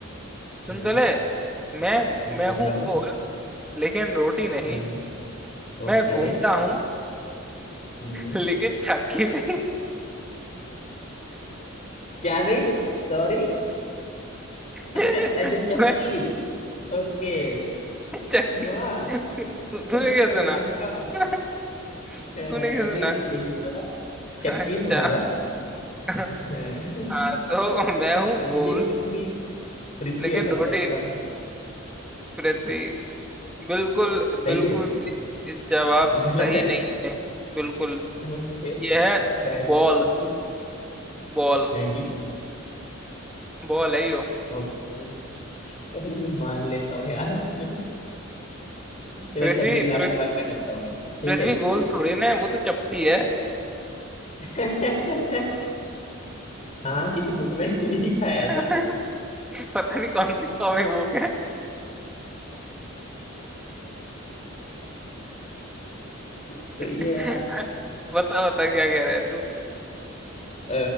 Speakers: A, in the centre; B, on the left.
A: सुन
B: हम्म
A: तो ले मैं
B: मैं सुन
A: मैं हूँ
B: रहा हूँ
A: गोल लेकिन रोटी नहीं
B: हम्म ओके
A: मैं घूमता हूँ
B: हम्म
A: <laughs> लेकिन चक्की नहीं
B: क्या नहीं सॉरी
A: <laughs>
B: <laughs> अच्छा चक्की
A: मैं
B: ओके
A: चक्की
B: माँ
A: तू- तूने
B: ओ
A: क्या
B: परमात्मा
A: सुना
B: <laughs>
A: <laughs> तूने
B: अ,
A: क्या सुना
B: नहीं मैंने यही सुना था चक्की
A: अच्छा
B: सुना था
A: <laughs>
B: हैं।
A: हाँ तो
B: <laughs>
A: मैं हूँ
B: अ,
A: गोल
B: ये पृथ्वी पृथ्वी
A: लेकिन
B: हो सकता
A: रोटी
B: है इसका आंसर
A: पृथ्वी बिल्कुल
B: सही
A: बिल्कुल
B: है
A: जवाब सही
B: गलत है
A: नहीं है बिल्कुल
B: ओके
A: यह
B: क्या
A: है
B: है इसका
A: बॉल
B: जवाब फिर?
A: बॉल
B: हाँ जी
A: बॉल है यो
B: ओके चल मान लेता हूँ यार <laughs> चलो
A: पृथ्वी
B: अच्छा अभी एक लास्ट
A: पृथ-
B: सवाल मैं करता हूँ ठीक
A: पृथ्वी
B: है
A: गोल थोड़ी ना है वो तो चपटी
B: <laughs> हाँ किसी बुक में <laughs> लिखा है
A: है
B: ऐसा
A: <laughs> पता नहीं कौन सी कॉमिक बुक है
B: सही
A: <laughs>
B: है यार
A: बता बता क्या कह रहा है तू
B: अ,